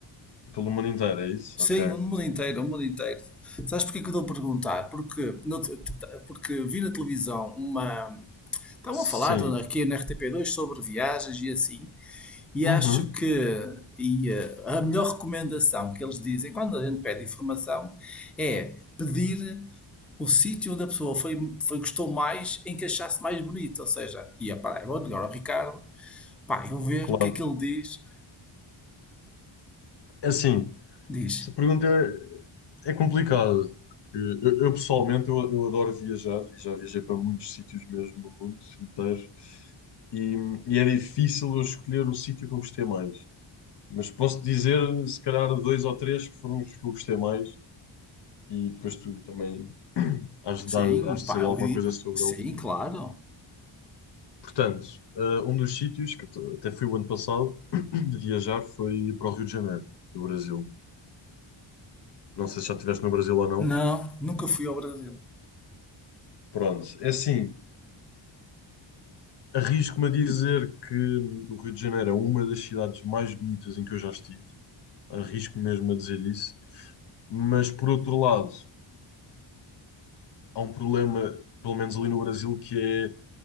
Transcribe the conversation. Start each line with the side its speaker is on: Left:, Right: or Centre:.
Left: pelo mundo inteiro, é isso?
Centre: Sim,
Left: Ok.
Centre: o mundo inteiro, o mundo inteiro. Sabes porquê que eu estou a perguntar? Porque, no- t- t- porque vi na televisão uma. Estavam
Left: Sim.
Centre: a falar aqui na RTP2 sobre viagens e assim, e
Left: Uhum.
Centre: acho que e, eh, a melhor recomendação que eles dizem quando a gente pede informação é pedir o sítio onde a pessoa foi, foi- gostou mais em que achasse mais bonito. Ou seja, ia para eu vou ligar ao Ricardo, pá, eu vou ver
Left: Claro.
Centre: o que é que ele diz.
Left: É assim.
Centre: Diz,
Left: Essa pergunta é, é complicada, porque eu, eu, pessoalmente eu, eu adoro viajar e já viajei para muitos sítios mesmo no mundo inteiro e, e é difícil eu escolher o sítio que eu gostei mais. Mas posso dizer, se calhar, dois ou três que foram os que eu gostei mais e depois tu também has de,
Centre: sim,
Left: dar, has
Centre: pá,
Left: de saber
Centre: eu,
Left: alguma
Centre: di-
Left: coisa sobre
Centre: sim,
Left: eles.
Centre: claro.
Left: Portanto, eh, um dos sítios que t- até fui o ano passado <clears throat> de viajar foi para o Rio de Janeiro, no Brasil. Não sei se já estiveste no Brasil ou não.
Centre: Não, nunca fui ao Brasil.
Left: Pronto, é assim. Arrisco-me a dizer que o Rio de Janeiro é uma das cidades mais bonitas em que eu já estive. Arrisco mesmo a dizer isso. Mas, por outro lado, há um problema, pelo menos ali no Brasil, que é